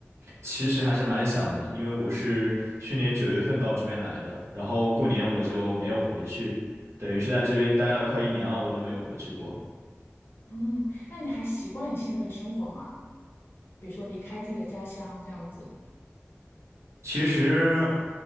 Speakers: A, on the right (about 70°); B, on the left (about 50°).
A: 其实还是蛮想的，因为我是去年九月份到这边来的，然后过年我就没有回去，等于是在这边待了快一年了，我都没有回去过。
B: 嗯，那你还习惯你现在的生活吗？比如说离开自己的家乡这样子。
A: 其实，